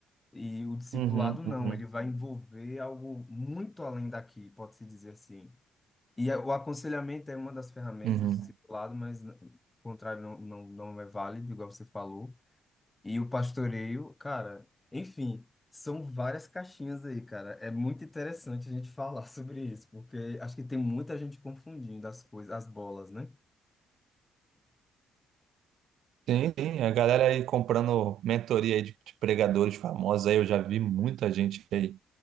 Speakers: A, on the left; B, on the right.
A: E o discipulado
B: uhum,
A: não,
B: uhum,
A: ele vai envolver algo muito além daqui, pode-se dizer assim. E a- o aconselhamento é uma das ferramentas
B: uhum.
A: do discipulado, mas n- o contrário não, não, não é válido, igual você falou. E o pastoreio, cara, enfim, são várias caixinhas aí, cara. É muito interessante a gente falar <laughs> sobre isso, porque acho que tem muita gente confundindo as coisas, as bolas, né?
B: Sim, sim, a galera aí comprando mentoria aí de, de pregadores famosos aí, eu já vi muita gente aí.